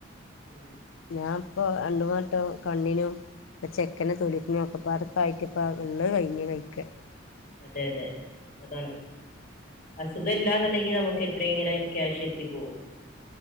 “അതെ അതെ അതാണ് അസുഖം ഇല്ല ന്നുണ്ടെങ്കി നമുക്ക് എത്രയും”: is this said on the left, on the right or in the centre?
Left